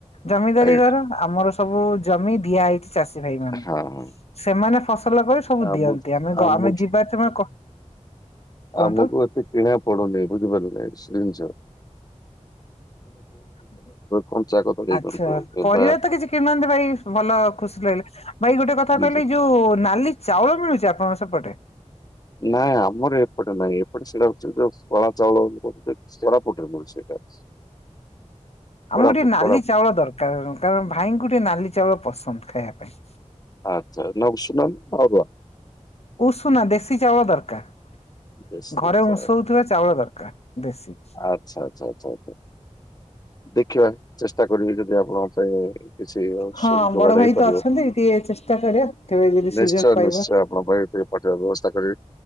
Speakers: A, on the left; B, on the left.
A: ଜମିଦାରି
B: ଆଜ୍ଞା
A: ଘର। ଆମର ସବୁ ଜମି ଦିଆ ହେଇଚି ଚାଷୀ ଭାଇ ମାନଙ୍କୁ।
B: ହଁ ହଁ
A: ସେମାନେ ଫସଲ କରି ସବୁ
B: ଆମ
A: ଦିଅନ୍ତି‌। ଆମେ ଗ
B: ଆମ
A: ଆମେ ଯିବା <unintelligible> କୁହନ୍ତୁ।
B: ଆମକୁ ଏତେ କିଣା ପଡୁନି ବୁଝିପାରୁଚନ୍ତି ସେ ଜିନ୍ଷ।
A: ହ
B: କଞ୍ଚା କଦଳୀ
A: ଆଛା
B: କୁହନ୍ତୁ କିମ୍ବା
A: ପରିବା ତ କିଛି କିଣୁନାହାନ୍ତି ଭାଇ ଭଲ ଖୁସି ଲାଗିଲା। ଭାଇ ଗୋଟେ କଥା
B: ହଁ।
A: କଇଲେ ଯୋଉ ନାଲି ଚାଉଳ ମିଳୁଚି ଆପଣଙ୍କ ସେପଟେ?
B: ନାଁ ଆମର ଏ ପଟ ନାଇଁ ଏପଟେ ସେଇଟା ହଉ ଯୋଉ କଳା ଚାଉଳରା ପ ସେଇଟା। କୋରାପୁଟ
A: ଆମକୁ ଟିକେ ନାଲି
B: କୋରାପୁଟ
A: ଚାଉଳ ଦରକାର କାରଣ ଭାଇଙ୍କୁ ଟିକେ ନାଲି ଚାଉଳ ପସନ୍ଦ ଖାଇବା ପାଇଁ।
B: ଆଚ୍ଛା ନା‌ ଉସୁୁନା ନା ଅରୁଆ।
A: ଉଷୁନା ଦେଶୀ ଚାଉଳ ଦରକାର।
B: ବେଶ୍
A: ଘରେ
B: ଆଚ୍ଛା
A: ଉଷଉଥିବା ଚାଉଳ ଦରକାର ଦେଶୀ।
B: ଆଚ୍ଛା ଆଚ୍ଛ ଆଚ୍ଛା। ଦେଖିବା ଚେଷ୍ଟା କରିବି ଯଦି ଆପଣଙ୍କ ପାଇଁ କିଛି <unintelligible>
A: ହଁ
B: ଯୋଗାଡ
A: ବଡ ଭାଇ
B: ହେଇପାରିବ
A: ତ ଅଛନ୍ତି ଟିକେ ଚେଷ୍ଟା କରିବା କେବେ ଯଦି ସୁଯୋଗ
B: ନିଶ୍ଚୟ
A: ପାଇବା
B: ନିଶ୍ଚୟ ଆପଣ ପାଇଁ ଟି ପଠେଇ ବ୍ୟବସ୍ଥା କରିବି